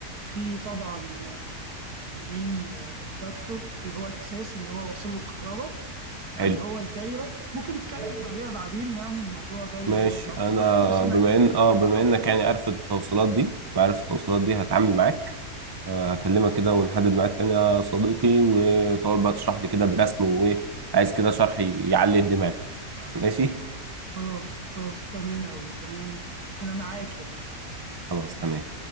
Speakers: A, on the right (about 85°); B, on the right (about 20°).
A: فيه طبعا مين كوندكتور اللي هو الأساس اللي هو واصل له الكهرباء يعني
B: حلو
A: هو الدايرة ممكن نتكلم عليها بعدين يعني الموضوع ده اللي
B: ماشي
A: هو بتاع
B: انا
A: الكوندكتور بس أنا
B: بما
A: هكلم
B: ان اه
A: على
B: بما
A: الأوفر
B: انك
A: كمان
B: يعني عارف التوصيلات دي عارف التوصيلات دي هتعامل معاك آه، هكلمك كده ونحدد ميعاد تاني يا صديقي وتقعد بقى تشرح لي كده برسم وايه عايز كده شرح يعلي الدماغ <laughs> ماشي
A: خلاص خلاص تمام أوي تمام أنا معاك يعني
B: خلاص تمام